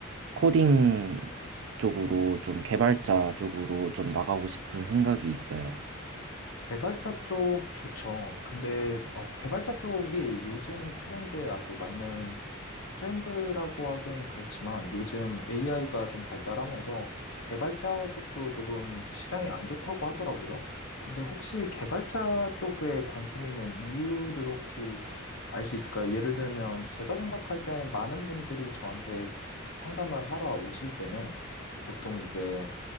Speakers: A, on the right; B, on the left.
A: 코딩 쪽으로 좀 개발자 쪽으로 좀 나가고 싶은 생각이 있어요.
B: 개발자 쪽 좋죠. 근데 어, 개발자 쪽이 요즘 트렌드에 아주 맞는 트렌드라고 하기에는 그렇지만 요즘 AI가 좀 발달하면서 개발자 쪽도 조금 시장이 안 좋다고 하더라고요. 근데 혹시 개발자 쪽에 관심 있는 이유를 혹시 알 수 있을까요? 예를 들면 제가 생각할 때 많은 분들이 저한테 상담을 하러 오실 때는 보통 이제